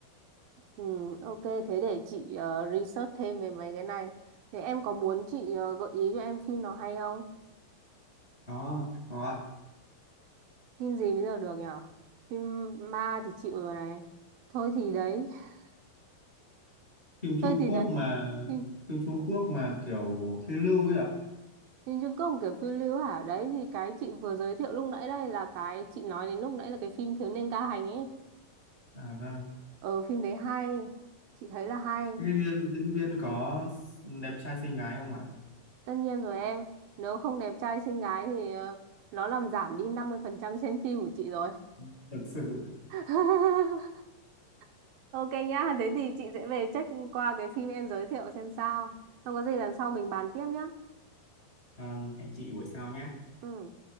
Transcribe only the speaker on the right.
Ừ, ok, thế để chị ờ, research thêm về mấy cái này. Thế em có muốn chị ờ, gợi ý cho em phim nào hay không?
Phim gì bây giờ được nhở? Phim ma thì chịu rồi này. Thôi thì đấy, <laughs>
thôi thì
đấy.
Phim,
phim Trung Quốc kiểu phiêu lưu hả? Đấy thì cái chị vừa giới thiệu lúc nãy đây là cái chị nói đến lúc nãy là cái phim Thiếu niên ca hành ấy.
Ờ, phim đấy hay, chị thấy là hay.
Tất nhiên rồi em, nếu không đẹp trai xinh gái thì ờ, nó làm giảm đi 50% xem phim của chị rồi.
<laughs> Ok nhá, thế thì chị sẽ về check qua cái phim em giới thiệu xem sao. Không có gì lần sau mình bàn tiếp nhá.
Ừ.